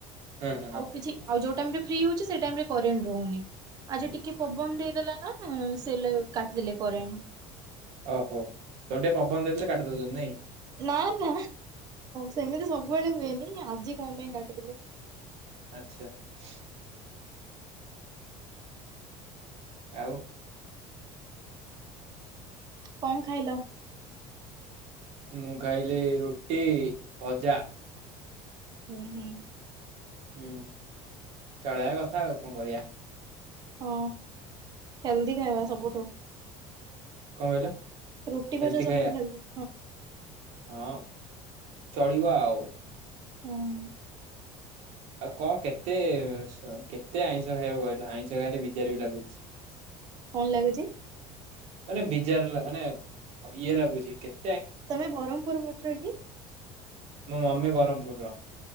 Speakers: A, on the right; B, on the right.
A: ହଁ ହଁ ହଁ
B: ଆଉ କିଛି ଆଉ ଯୋଉ ଫ୍ରି ହଉଛି ସେ ଟାଇମରେ କରେଣ୍ଟ ରହୁନି ଆଜି ଟିକେ ପବନ ହେଇଦେଲା ନା କାଟିଦେଲେ କରେଣ୍ଟ
A: ଓ ହୋ, ତମର ଟିକେ ପବନ ଦେଇଦେଲେ କାଟି ଦଉଛନ୍ତି ନାଇଁ।
B: ନା ନା ସେମିତି ସବୁବେଳେ ହୁଏନି ଆଜି କଣ ପାଇଁ କାଟୁଥିଲେ।
A: ଆଚ୍ଛା । ଆଉ
B: କଣ ଖାଇଲ?
A: ମୁଁ ଖାଇଲି ରୁଟି ଭଜା।
B: ହୁଁ ହୁଁ।
A: ହୁଁ, ଚଳେଇବା କଥା ଆଉ କଣ କରିବା।
B: ହଁ ହେଲ୍ଦି ଖାଇବା ସବୁଠୁ।
A: କଣ କହିଲ?
B: ରୁଟି
A: ହେଲ୍ଦି
B: ଭଜା ସବୁଠୁ
A: ଖାଇବା
B: ହେଲଦି।
A: ହଁ, ଚଳିବ ଆଉ।
B: ହଁ
A: ଆଉ କଣ କେତେ, କେତେ ଆଇଁଷ ଖାଇବ କହିଲ, ଆଇଁଷ ଖାଇଲେ ବିଜାର ବି ଲାଗୁଛି। <inaudible>
B: କଣ ଲାଗୁଛି?
A: ମାନେ ବିଜାର ଲାଗୁଛି ମାନେ ଇଏ ଲାଗୁଛି କେତ
B: ତମେ ବରହ୍ମପୁର ବଟର କି?
A: ମୁଁ ମମି ବ୍ରହ୍ମପୁର ର